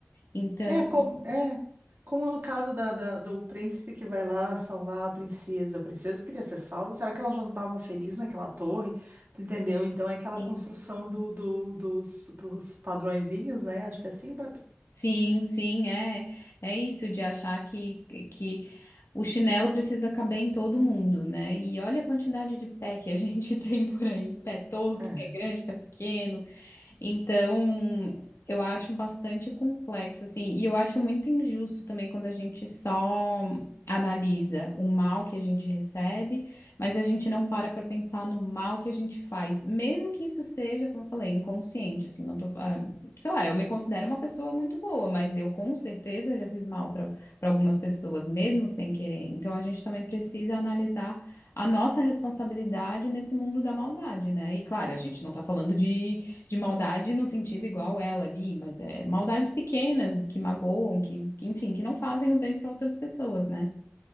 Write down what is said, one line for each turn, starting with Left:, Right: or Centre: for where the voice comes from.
Left: Então,
Right: É como, é, como no caso da, da- do príncipe que vai lá salvar a princesa. A princesa queria ser salva. Será que ela já não estava feliz naquela torre? Tu entendeu? Então é aquela
Left: sim,
Right: construção do, do- dos, dos padrõezinhos, né? Acho que é assim, Bárbara.
Left: sim, sim, é, é isso de achar que, que O chinelo precisa caber em todo mundo, né? E olha a quantidade de pé que a gente <laughs> tem por aí, pé torto,
Right: É.
Left: pé grande, pé pequeno. Então, eu acho bastante complexo, assim, e eu acho muito injusto também quando a gente só analisa o mal que a gente recebe, mas a gente não para para pensar no mal que a gente faz, mesmo que isso seja, como eu falei, inconsciente, assim, não tô, ah, sei lá, eu me considero uma pessoa muito boa, mas eu com certeza já fiz mal para para algumas pessoas, mesmo sem querer. Então, a gente também precisa analisar a nossa responsabilidade nesse mundo da maldade, né? E claro, a gente não tá falando de de maldade no sentido igual ela ali, mas é maldades pequenas que magoam, que, que, enfim, que não fazem o bem para outras pessoas, né?